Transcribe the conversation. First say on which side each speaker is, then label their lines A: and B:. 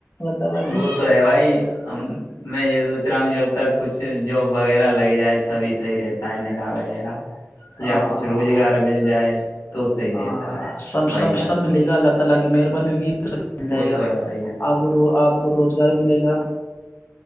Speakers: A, on the left; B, on the left.
A: تعالی سے
B: وہ تو ہے بھائی میں یہ سو پچا ہ جب تک کچھ جاب وغیرہ لگ جائے تبھی صحیح رہتا ہے نکاح وغیرہ
A: ہاں
B: یا کچھ
A: ہاں
B: روزگار
A: ہاں
B: مل جائے تو صحیح
A: ہاں
B: رہتا ہے بھائی
A: سب
B: بھائی
A: سب
B: جان
A: سب ملے گا اللہ لگ مہربانی ہوی مل جائے
B: وہ
A: گا
B: تو ہے بھائی جان
A: آپ کو روزگار ملے گا